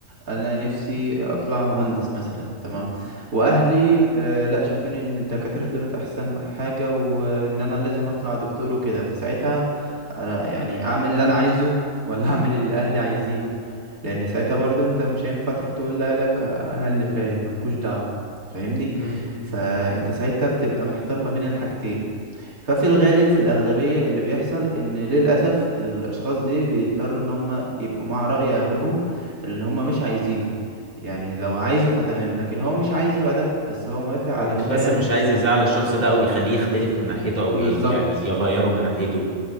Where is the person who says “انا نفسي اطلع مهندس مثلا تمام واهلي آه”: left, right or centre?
Right